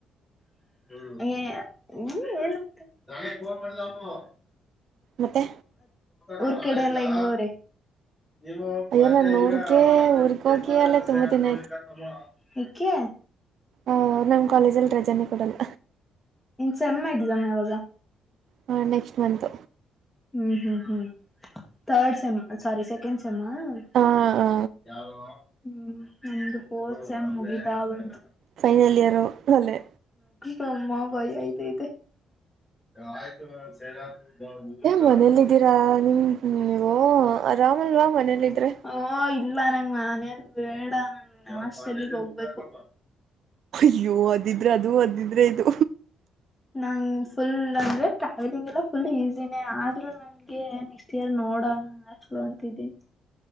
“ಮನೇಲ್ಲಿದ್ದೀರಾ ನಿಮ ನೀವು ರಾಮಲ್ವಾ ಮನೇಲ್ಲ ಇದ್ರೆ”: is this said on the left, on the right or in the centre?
Right